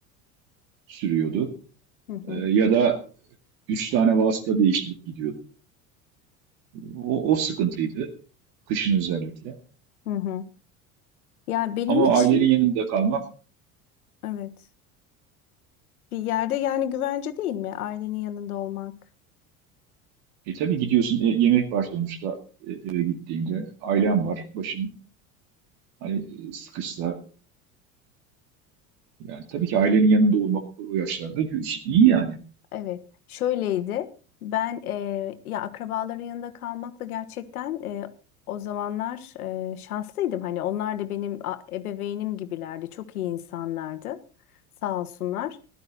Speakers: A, on the right (about 55°); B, on the left (about 75°).
A: sürüyordu.
B: Hı hı.
A: Ee, ya da Üç tane vasıta değiştirip gidiyordu. O, o sıkıntıydı kışın özellikle.
B: Hı hı. Yani benim
A: Ama
B: için
A: ailenin yanında kalmak,
B: evet bir yerde yani güvence değil mi ailenin yanında olmak?
A: e tabii gidiyorsun e, yemek var sonuçta e, eve gittiğinde. Ailen var, başın hani e, sıkışsa. Yani tabii ki ailenin yanında olmak o o yaşlarda gü- iyi yani.
B: Evet, şöyleydi. Ben eee, ya akrabaların yanında kalmakla gerçekten eee, o zamanlar eee, şanslıydım. Hani onlar da benim a- ebeveynim gibilerdi. Çok iyi insanlardı. Sağ olsunlar.